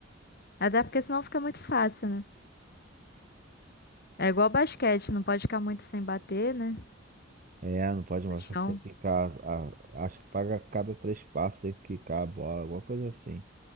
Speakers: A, on the left; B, on the right.
A: Até porque senão fica muito fácil, né? É igual basquete, não pode ficar muito sem bater, né?
B: É, não pode marcar
A: No chão.
B: sem quicar. a- Acho que paga a cada três passos sem quicar a bola, alguma coisa assim.